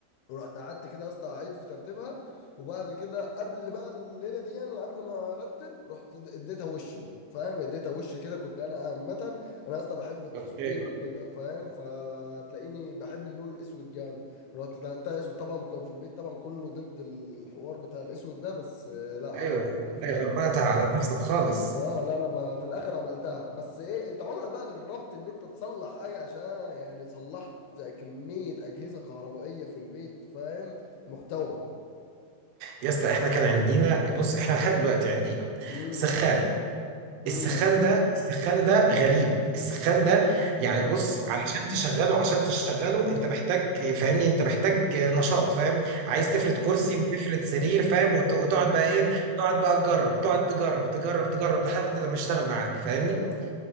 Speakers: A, on the left; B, on the right.
A: ورحت قعدت كده يا اسطى اعيد في ترتيبها وبعد كده قبل بقى الليله دي يعني قبل ما ارتب رحت اديتها وش بقى فاهم اديتها وش كده كنت انا عامه انا يا اسطى بحب التصوير
B: اوكي
A: وكده فاهم فتلاقيني بحب اللون الاسود جامد رحت ده انت اسود طبعا كان في البيت طبعا كله ضد الحوار بتاع الاسود ده بس آه، لا عادي
B: ايوه
A: جدا
B: والله
A: في
B: غمقتها على نفسك خالص
A: اه لا انا ب- في الاخر عملتها بس ايه انت عمرك بقى جربت ان انت تصلح حاجه عشان يعني صلحت كميه اجهزه كهربائيه في البيت فاهم محتوى
B: يا اسطى احنا كان عندنا بص احنا لحد دلوقتي عندنا
A: امم
B: سخان
A: امم
B: السخان ده السخان ده غريب السخان ده يعني
A: اه
B: بص علشان تشغله عشان تشغله انت محتاج فاهمني انت محتاج نشاط فاهم عايز
A: اه
B: تفرد كرسي وتفرد سرير فاهم وت- وتقعد
A: ايه ده ايه ده
B: بقى ايه تقعد بقى تجرب تقعد تجرب تجرب تجرب لحد لما يشتغل معاك فاهمني
A: اه